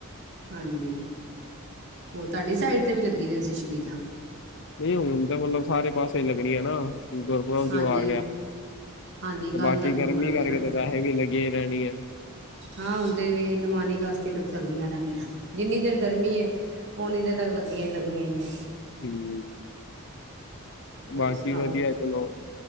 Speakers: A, on the right; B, on the left.
A: ਹਾਂਜੀ, ਹੋਰ ਤਾਡੀ ਸਾਈਡ 'ਤੇ ਵੀ ਲੱਗੀ ਦੀਆਂ ਸੀ ਛਬੀਲਾਂ
B: ਨਈ ਹੁਣ ਤਾਂ ਮਤਲਬ ਸਾਰੇ ਪਾਸੇ ਲੱਗਣੀ ਆ ਨਾ, ਗੁਰਪੁਰਬ
A: ਹਾਂਜੀ
B: ਜੋ ਆ ਗੇਆ।
A: ਹਾਂਜੀ
B: ਤੇ
A: ਕੱਲ੍ਹ
B: ਬਾਕੀ
A: ਦਾ ਗੁਰਪੁਰਬ
B: ਗਰਮੀ ਕਰਕੇ
A: ਹੈ ਨਾ
B: ਤਾਂ ਵੈਹੇ ਵੀ ਲੱਗੀਆਂ ਈ ਰੇਣਦੀਆਂ ਨੇ।
A: ਹਾਂ ਹੁਣ 'ਤੇ ਵੀ ਨਮਾਨੀ ਕਾਸਤੀ ਤੱਕ ਚਲਦੀਆਂ ਰੇਣਦੀਆਂ, ਜਿੰਨੀ ਦੇਰ ਗਰਮੀ ਏ। ਉਨੀ ਦੇਰ ਤੱਕ ਲੱਗੀਆਂ ਈ, ਲੱਗਣੀਆਂ ਨੇ।
B: ਹੂੰ।
A: ਹੋਰ
B: ਬਾਕੀ
A: ਸੁਣਾਓ
B: ਵਧੀੱਆ ਚਲੋ,